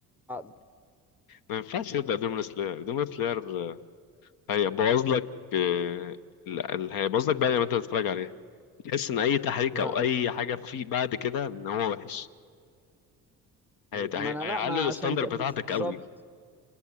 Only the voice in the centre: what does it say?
بعض
لا
لا
ما انا
لا ما
عشان كده
بالظبط